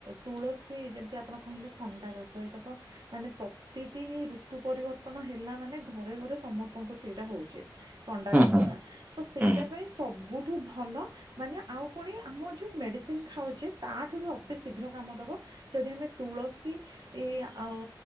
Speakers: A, on the right (about 60°); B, on the right (about 20°).
A: ତୁଳସୀ ଯେମିତି ଆପଣ କହିଲେ ଥଣ୍ଡା ଖାସ ଏଇଟା ତ ମାନେ ପ୍ରତିଟି ଋତୁ ପରିବର୍ତ୍ତନ ହେଲା ମାନେ ଘରେ ଘରେ ସମସ୍ତଙ୍କୁ ସେଇଟା ହଉଛି। ଥଣ୍ଡା
B: ହୁଁ
A: କାଶ
B: ହୁଁ
A: ଟା ତ ସେଇଟା
B: ହୁଁ
A: ପାଇଁ ସବୁ। ଠୁ ଭଲ ମାନେ ଆଉ ପୁଣି ଆମ ଯୋଉ ମେଡିସିନ ଖାଉଛେ ତାଠୁ ବି ଅତି ଶୀଘ୍ର କାମ ଦବ ଯଦି ଆମେ ତୁଳସୀ ଏ ଆଉ